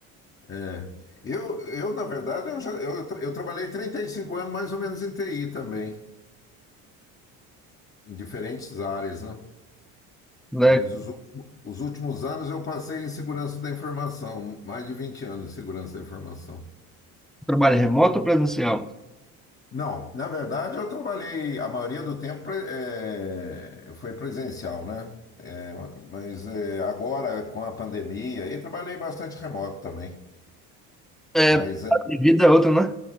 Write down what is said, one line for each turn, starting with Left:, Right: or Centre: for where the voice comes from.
Left: é. Eu, eu, na verdade, eu, já, eu, tra- eu trabalhei 35 anos mais ou menos em TI também, em diferentes áreas, né?
Centre: né,
Left: Mas os, ulti- os últimos anos eu passei em segurança da informação, mais de 20 anos em segurança da informação.
Centre: trabalho remoto ou presencial.
Left: Não, na verdade eu trabalhei, a maioria do tempo eh, foi presencial, né? Eh, mas eh, agora com a pandemia, aí trabalhei bastante remoto também.
Centre: É,
Left: Mas,
Centre: a
Left: eh,
Centre: vida é outra, né,